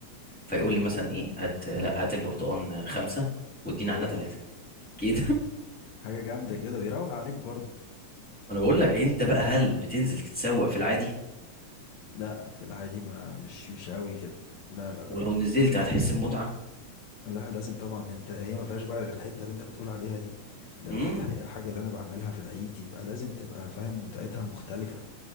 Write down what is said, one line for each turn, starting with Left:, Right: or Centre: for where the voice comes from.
Centre: فيقول لي مثلا ايه
Left: أمم.
Centre: هات لا هات البرتقال خمسة وادينا
Left: حلو
Centre: احنا ثلاثة كده
Left: حاجة جامدة كده بيروق عليك برضو
Centre: انا بقول لك انت بقى هل بتنزل تتسوق في العادي
Left: لا في العادي ما مش مش قوي كده لا لا لا
Centre: ولو نزلت هتحس بمتعه
Left: لا لازم طبعا انت هي ما فيهاش بقى غير الحتة اللي انت بتقول عليها دي لو
Centre: امم
Left: دي الح- الحاجة اللي انا بعملها في العيد يبقى لازم تبقى فاهم متعتها مختلفة